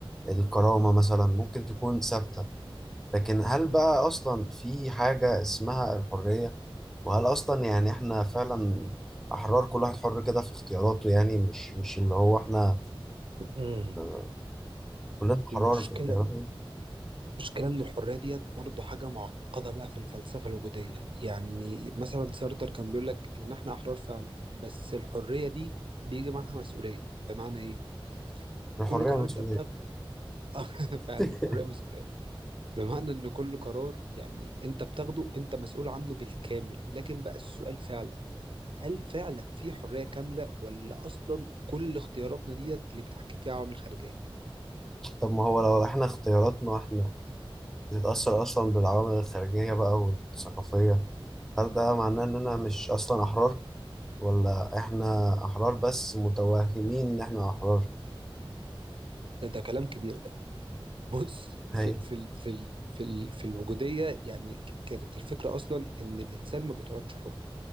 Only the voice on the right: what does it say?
امم
مشكلة
المشكلة إن الحرية ديت برضه حاجة معقدة بقى في الفلسفة الوجودية يعني مثلا سارتر كان بيقول لك إن إحنا أحرار فعلا بس الحرية دي بيجي معاها مسؤولية بمعنى إيه؟
كل قرار
أنت بتاخده <laughs> فعلا
الحرية مسؤولية بمعنى إن كل قرار يعني أنت بتاخده أنت مسؤول عنه بالكامل لكن بقى السؤال فعلا هل فعلا في حرية كاملة ولا أصلا كل اختياراتنا ديت اللي بيتحكم فيها عوامل خارجية؟
ده, ده كلام كبير ده بص في
في ال- في ال- في ال- في الوجودية يعني ك- كانت الفكرة أصلا إن الإنسان ما بيتولدش حر